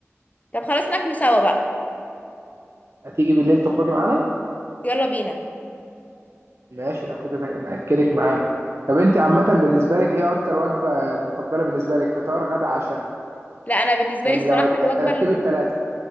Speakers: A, on the left; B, on the right.
A: طب خلاص ناكله سوا بقى
B: هتيجي بالليل تخرجي معانا
A: يلا بينا
B: ماشي لو كده تج- ناكلك معانا طب انت عامه بالنسبه لك ايه اكتر وجبه المفضله بالنسبه لك فطار غدا عشاء
A: لا انا بالنسبه
B: يعني
A: لي الصراحه
B: لو هت-
A: الوجبه
B: رتبت
A: الم...
B: ثلاثة